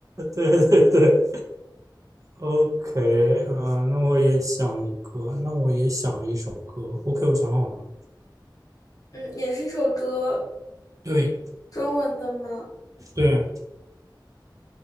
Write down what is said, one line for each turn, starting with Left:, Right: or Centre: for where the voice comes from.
Right: 对对对，OK，啊、那我也想一个，那我也想一首歌。OK，我想好了。
Left: 嗯，也是一首歌，
Right: 对
Left: 中文的吗？
Right: 对，